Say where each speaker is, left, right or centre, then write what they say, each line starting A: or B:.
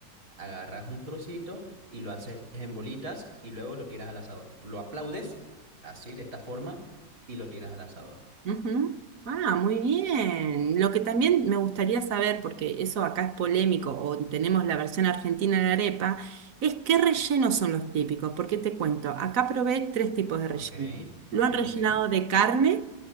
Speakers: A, on the right; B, on the right.
A: agarras un trocito y lo haces en bolitas y luego lo tiras al asador. Lo aplaudes así, de esta forma, y lo tiras al asador.
B: Ujú. Ah, muy bien. Lo que también me gustaría saber, porque eso acá es polémico, o tenemos la versión argentina de la arepa, es qué rellenos son los típicos. Porque te cuento, acá probé tres tipos de relleno.
A: Ok,
B: Lo
A: ok,
B: han rellenado
A: ok.
B: de carne,